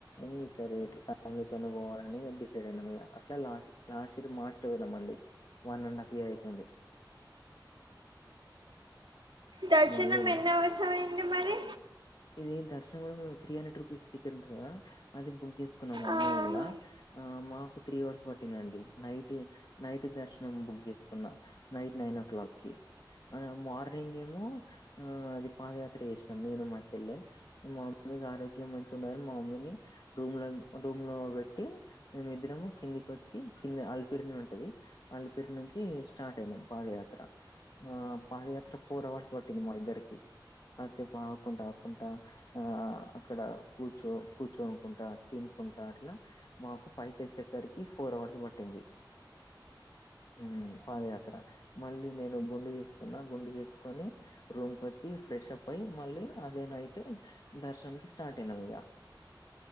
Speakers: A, on the left; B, on the right.
A: న సరే ఇలా ఫ్యామిలీతోనే పోవాలని డిసైడ్ అయినా అట్లా లాస్ట్. క్లాస్ మార్చలో పోదాం అండి వన్ అండ్ హాఫ్ ఇయర్ అయితుంది.
B: దర్శనం
A: మళ్ళీ
B: ఎన్న వసవైంది మరి.
A: ఇది దర్శన్ం కూడా మేము త్రీ హండ్రెడ్ రూపీస్ టికెట్ ఉంటుంది కదా అది బుక్ చేసుకున్నాం
B: ఆహా
A: ఆన్లైన్ లో. ఆ మాకు త్రీ అవర్స్ పట్టిందండి నైట్ నైట్ దర్శనం బుక్ చేసుకున్న. నైట్ నైన్ ఓ క్లాక్కి అ మార్నింగ్ ఏమో ఆ అది పాదయాత్ర చేసినాం నేను మా చెల్లె మా మమ్మీకి ఆరోగ్యం మంచిగా ఉండదని మా మమ్మీని రూమ్ లో రూమ్ లో పెట్టి మేమిద్దరము కిందికి వచ్చి కింది అలిపిరిన ఉంటది అలిపెరి నుంచి స్టార్ట్ అయినాం పాదయాత్ర. ఆ పాదయాత్ర ఫోర్ అవర్స్ పట్టంది మా ఇద్దరికి కాసేపు ఆగు కుంటా ఆ అక్కడ కూర్చో కూర్చోనుకుంటా తినుకుంటా అట్లా. మాకు పైకి వచ్చేసరికి ఫోర్ అవర్స్ పట్టింది. మ్ పాదయాత్ర మళ్ళీ నేను గుండు గీసుకున్నా గుండె చేసుకొని రూమ్ కు వచ్చి ఫ్రెష్ అప్ అయి మళ్ళీ అదే నైట్ దర్శననికి స్టార్ట్ అయినాం ఇక